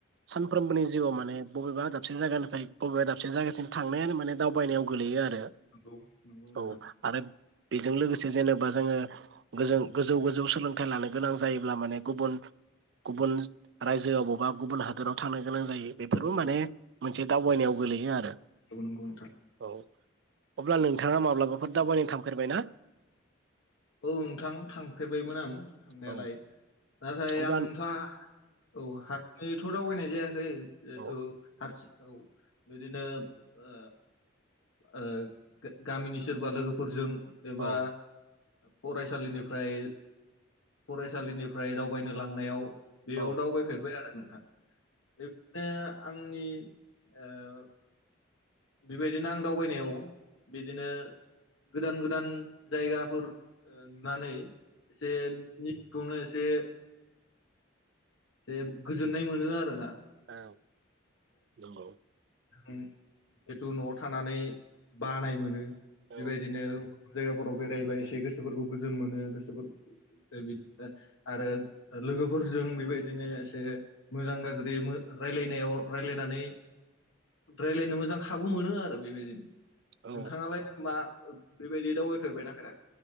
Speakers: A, on the right (about 60°); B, on the left (about 85°).
A: सानफ्रोमबोनि जिउआव माने बबेबा दाबसे जायगानिफ्राय बबेबा दाबसे जायगासिम थांनायानो माने दावबायनायाव गोलैयो आरो।
B: नंगौ नंगौ नोंथां
A: रो औ आरो बेजों लोगोसे जेनेबा जोङो गोजौ गोजौ गोजौ सोलोंथाइ लानो गोनां जायोब्ला माने गुबुन गुबुन रायजो अबावबा गुबुन हादराव थानो गोनां
B: औ
A: जायो बेफोरबो माने मोनसे दावबायनायाव गोलैयो आरो
B: नंगौ नोंथां
A: औ। अब्ला नोंथाङा माब्लाबाफोर दावबायनो थांफेरबाय ना।
B: औ नोंथां थांफेरबायमोन आं। थांनायालाय
A: औ
B: नाथाय
A: अब्ला
B: आंथ औ हारसिंयै थ दावबायनाय जायाखै। जेहेथु
A: औ
B: हारसिं औ बिदिनो ओ ओ गामिनि सोरबा लोगोफोरजों एबा
A: औ
B: फरायसालिनिफ्राय फरायसालिनिफ्राय दावबायनो लांनायाव। बेयाव
A: औ
B: दावबायफेरबाय आरो नोंथां। <unintelligible> आंनि ओ बेबायदिनो आं दावबायनायाव बिदिनो गोदान गोदान जायगाफोर ओ नुनानै जे <unintelligible> एसे गोजोननाय मोनो आरो ना।
A: ओ नंगौ।
B: ओम जिहेथु न'आव थानानै। बानाय
A: औ
B: मोनो
A: औ
B: बेबायदिनो। जायगाफोराव बेराया एसे गोसोफोरखौ गोजोन मोनो <unintelligible> आरो लोगोफोरजों बेबायदि <unintelligible> एसे मोजां गाज्रि मो रायलायनायाव। रायलायनानै। रायलायनो मोजां खाबु मोनो आरो बेबायदि।
A: औ
B: नोंथाङालाय मा ओ बेबायदि दावबायफेरबायना फेरा?